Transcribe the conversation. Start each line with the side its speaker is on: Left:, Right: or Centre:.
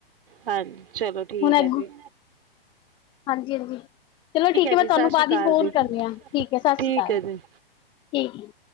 Right: ਹਾਂਜੀ ਚਲੋ ਠੀਕ
Left: ਹੁਣ
Right: ਹੈ
Left: ਅੱਗੂ
Right: ਜੀ
Left: ਹਾਂਜੀ ਹਾਂਜੀ ਚਲੋ ਠੀਕ ਹੈ
Right: ਜੀ
Left: ਮੈਂ ਤੁਹਾਨੂੰ
Right: ਸਤਿ ਸ਼੍ਰੀ
Left: ਬਾਅਦ
Right: ਅਕਾਲ
Left: ਹੀ ਫੋਨ
Right: ਜੀ
Left: ਕਰੀ ਹ ਠੀਕ ਹੈ ਸਤਿ
Right: ਠੀਕ
Left: ਸ਼੍ਰੀ ਅਕਾਲ
Right: ਹੈ ਜੀ
Left: ਠੀਕ